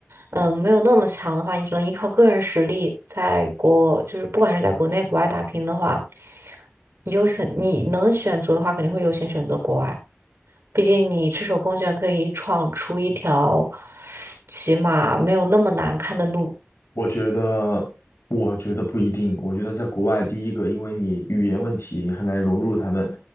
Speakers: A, on the right; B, on the left.
A: 嗯，没有那么强的话，你只能依靠个人实力，在国就是不管是在国内国外打拼的话，你就很你能选择的话，肯定会优先选择国外。毕竟你赤手空拳可以闯出一条起码没有那么难看的路，
B: 我觉得，我觉得不一定。我觉得在国外，第一个，因为你语言问题，你很难融入他们；